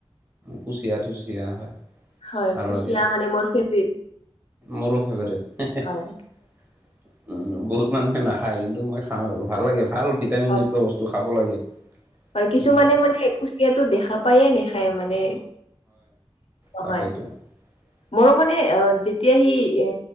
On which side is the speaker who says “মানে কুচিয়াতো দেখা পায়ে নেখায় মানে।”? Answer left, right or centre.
Left